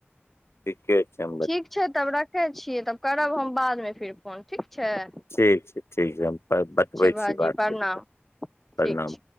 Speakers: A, on the left; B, in the centre.
A: ठीके छैयम।
B: ठीक छैय तब रखै छियै तब करब हम बादमे फेर फोन ठीक छैय।
A: ठीक छैय ठीक छैय हम प बतबै
B: भाईजी
A: छी बात
B: प्रणाम
A: कर कऽ प्रणाम।
B: ठीक छै